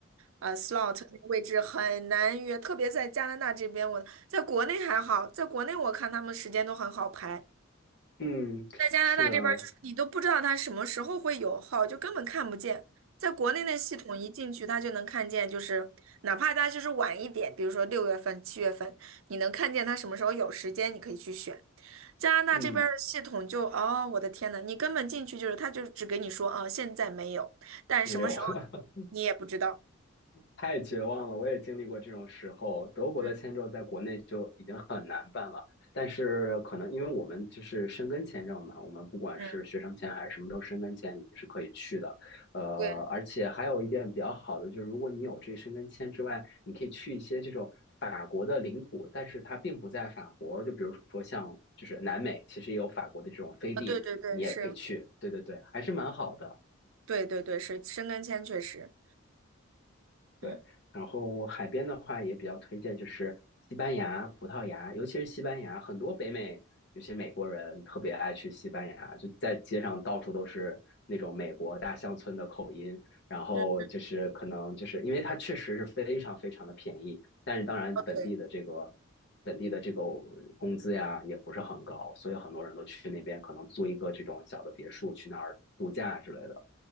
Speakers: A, on the right (about 75°); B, on the left (about 55°).
A: 呃，slot 那个位置很难约，特别在加拿大这边，我在国内还好，在国内我看他们时间都很好排，
B: 嗯，
A: 在加拿大这边儿，
B: 是的，
A: 就是你都不知道它什么时候会有号，就根本看不见。在国内那系统一进去，它就能看见，就是哪怕它就是晚一点，比如说六月份、七月份，你能看见它什么时候有时间，你可以去选。加拿大这边儿的系统就，
B: 嗯，
A: 哦，我的天呐，你根本进去就是它就只给你说啊，现在没有，但什么时候
B: 没有。<laughs>
A: 你也不知道。
B: 太绝望了，我也经历过这种时候。德国的签证在国内就已经很难办了，
A: 嗯
B: 但是可能因为我们就是申根签证嘛，我们不管是学生签还是什么都申根签，
A: 嗯，
B: 你是可以去的。呃，
A: 对，
B: 而且还有一点比较好的就是，如果你有这申根签之外，你可以去一些这种法国的领土，但是它并不在法国。就比如说像就是南美，其实也有法国的这种飞地，
A: 啊，对对对，
B: 你也可以去。
A: 是，
B: 对对对，还是蛮好的。
A: 对对对是，申根签确实，
B: 对，
A: 嗯
B: 然后海边的话也比较推荐，就是西班牙、葡萄牙，尤其是西班牙，很多北美有些美国人特别爱去西班牙，就在街上到处都是那种美国大乡村的口音，然后就是可能就是因为它确实是非常非常的便宜，
A: 嗯，
B: 但是当然本地的这个
A: 哦对。
B: 本地的这个工资呀也不是很高，所以很多人都去那边可能租一个这种小的别墅去那儿度假之类的。